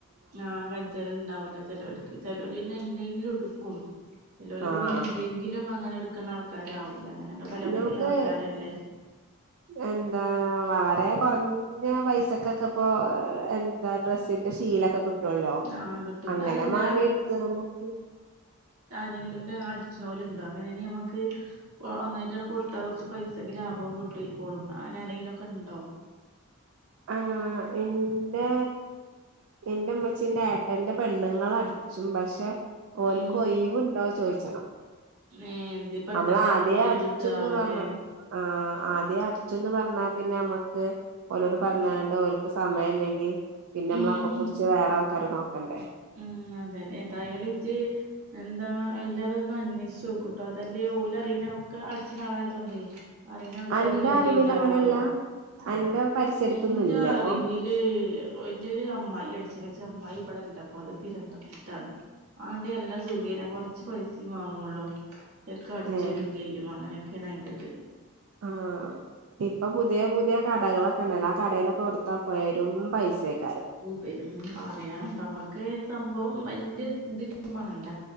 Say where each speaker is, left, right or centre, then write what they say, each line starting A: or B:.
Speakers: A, on the right; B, on the right.
A: ആഹ കജെജലുണ്ടാവൂല ചെലോലിക്ക് ചെലോലിന്നെ ഇല്ലെങ്കിലും എടുക്കും ഇല്ലപലെ
B: ആഹ്
A: പിന്നെ എന്തെങ്കിലും അങ്ങനെ എടുക്കുന്ന ആൾക്കാരാവില്ല അങ്ങനൊക്കെ പല
B: നമുക്ക്
A: പല ആൾക്കാരല്ലേ
B: എന്താ വളരെ കുറഞ്ഞ
A: ഉം
B: പൈസക്കൊക്കെ ഇപ്പൊ എ എന്താ ഡ്രെസ്സിന്റെ ശീലൊക്കെ കിട്ടുവല്ലോ
A: ആഹ് കിട്ടും കിട്ടും
B: അങ്ങനെ
A: അതല്ല
B: മാണെങ്കി എടുത്ത
A: ആരെെങ്കിലുമൊക്കെ അടിച്ചുന്നോലുണ്ടോ അങ്ങന ആണെങ്കിൽ നമുക്ക് ഒന്നായിട്ടാണ് കൊടുത്ത കുറച്ച് പൈസക്ക് ലാഭം കിട്ടും ഇപ്പോോളും അങ്ങനെ ആരെങ്കിലും ഒക്കെ ഉണ്ടോ കണ്ടോ
B: ആഹ എന്റെ എന്റെ അമ്മച്ചന്റെ ഏട്ടന്റെ പെണ്ണുങ്ങൾ അടിച്ചും പക്ഷെ ഓല്ക്കോയവുണ്ടോ
A: ഉം
B: ചോദിച്ചണം
A: ഏഹ് എന്തേ പെട്ടെന്നായതോണ്ട്
B: നമ്മൾ ആദ്യേ
A: ഒഴിവ്
B: അടിച്ചന്ന്
A: കിട്ടാവോലേ
B: പറഞ്ഞ ആ ആദ്യേ അടിച്ചന്ന് പറഞ്ഞാ പിന്നെ നമ്മക്ക് ഓരോട് പറഞ്ഞണ്ട്
A: ഉം
B: ഓലക്ക് സമയം ഇല്ലെങ്കിൽ പിന്നെ
A: ഉം
B: നമ്മൾ അപ്പ പിടിച്ച് വേറെ
A: ഉം
B: കറി നോക്കണ്ടേ
A: ഉം അതെതെ ഏതായാലും ഇത് എന്താ എല്ലാതൊന്നും അന്വേഷിച്ചച്ച് നോക്കട്ടോ അതല്ലേ ഓൽ അറിയുന്ന ഒക്കെ അടിച്ച നാളായതോണ്ടേ അറിയുന്ന ആൾക്കാര്
B: അന്റെ
A: വേറെ
B: അറിവിൽ
A: ഇണ്ടാവുവല്ലോ
B: അങ്ങനെയല്ല അന്റെ പരിസരത്തൊന്നും
A: എന്റെ
B: ഇല്ല
A: അറിവില്
B: അപ്പൊ
A: എന്റെ ഒരു അമ്മായി അടിച്ച വെച്ച അമ്മായി ഇവിടെല്ല അ അത് തിരന്തപുരത്തു ആണ് ആണ്ട് എല്ലാം സുഖേന കൊറച്ച് പൈസയും വാങ്ങുള്ളൂ ശരിക്ക അടിച്ചു
B: ഏഹ്
A: തരയും ചെയ്യും അങ്ങനെയൊക്കെയാണ് അതിന്റെ ത്
B: ആഹ ഇപ്പൊ പുതിയ പുതിയ കടകളൊക്കെ ഉണ്ടല്ല ആ കടകളൊക്കെ കൊടുത്താ പോരും പൈസക്കാരും
A: പരും പറയാൻ നമുക്ക് സംഭവം വലിയ ഇതില വേണ്ട